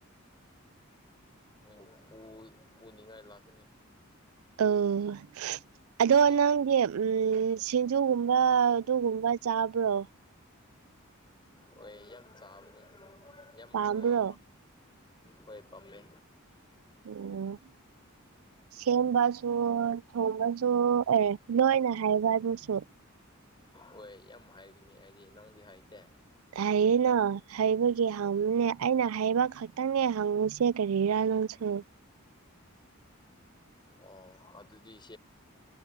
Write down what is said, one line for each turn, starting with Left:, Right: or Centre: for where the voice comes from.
Left: ꯎꯄꯨ ꯄꯨꯅꯤꯡꯉꯥꯏ ꯂꯥꯛꯀꯅꯤ
Right: ꯑꯣ ꯑꯗꯣ
Left: ꯂꯥꯛꯀꯅꯤ
Right: ꯅꯪꯗꯤ ꯎ ꯁꯤꯡꯖꯨꯒꯨꯝꯕ ꯑꯗꯨꯒꯨꯝꯕ ꯆꯥꯕ꯭ꯔꯣ
Left: ꯑꯣꯏ ꯌꯥꯝ ꯆꯥꯕꯅꯤ ꯌꯝ
Right: ꯄꯥꯝꯕ꯭ꯔꯣ
Left: ꯍꯣꯏꯑ ꯍꯣꯏ ꯄꯥꯝꯃꯦ
Right: ꯎꯝ ꯁꯦꯝꯕꯁꯨ ꯊꯣꯡꯕꯁꯨ ꯑꯦ ꯂꯣꯏꯅ ꯍꯥꯏꯕ ꯑꯗꯨꯁꯨ
Left: ꯍꯣꯏ ꯌꯥꯝ ꯍꯥꯏꯔꯤꯉ ꯍꯥꯏꯗꯤ ꯅꯪꯗꯤ ꯍꯥꯏꯇꯦ
Right: ꯍꯌꯦꯅꯣ ꯍꯩꯕꯒꯤ ꯍꯪꯉꯨꯅꯦ ꯑꯩꯅ ꯍꯩꯕ ꯈꯛꯇꯪꯅꯦ ꯍꯪꯉꯨꯁꯦ ꯀꯔꯤꯔꯥ ꯅꯪꯁꯨ
Left: ꯑꯣ ꯑꯗꯨꯗꯤ